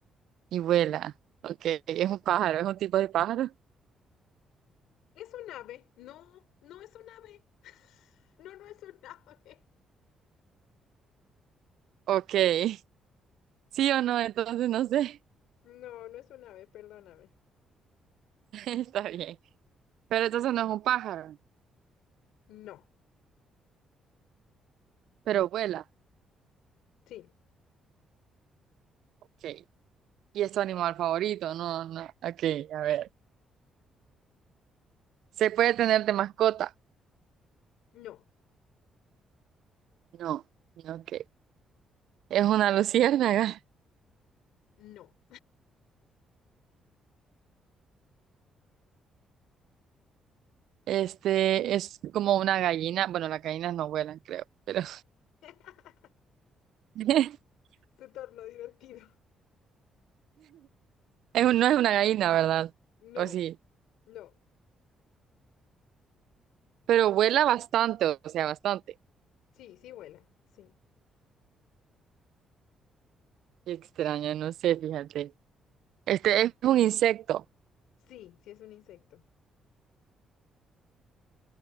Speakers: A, on the right; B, on the left.
A: Y vuela. Ok, <laughs> es un pájaro, es un tipo de pájaro.
B: Es un ave. No, no es un ave. <laughs> No, no es un <laughs> ave.
A: Ok, <laughs> sí o no, entonces no sé.
B: No, no es un ave, perdóname.
A: <laughs> Está bien. Pero entonces no es un pájaro,
B: No.
A: pero vuela.
B: Sí.
A: Ok, y es tu animal favorito, no, no. Ok, a ver. ¿Se puede tener de mascota?
B: No.
A: No, ok. Es una luciérnaga.
B: No.
A: Este es como una gallina. Bueno, las gallinas no vuelan, creo, pero
B: <laughs>
A: <laughs>
B: Se tornó divertido.
A: es un- no es una gallina, ¿verdad? O
B: No,
A: sí,
B: no.
A: pero vuela bastante, o sea, bastante.
B: Sí, sí vuela. Sí.
A: Qué extraño, no sé, fíjate. Este es un insecto.
B: Sí, sí es un insecto.